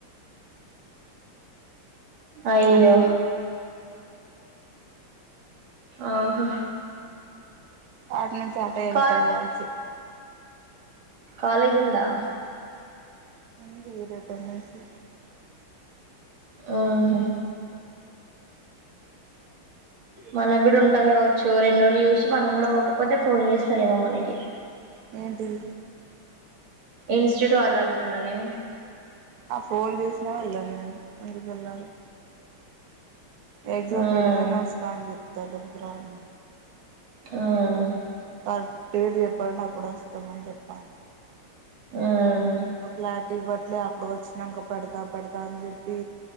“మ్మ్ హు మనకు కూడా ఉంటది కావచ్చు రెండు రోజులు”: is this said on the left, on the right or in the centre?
Right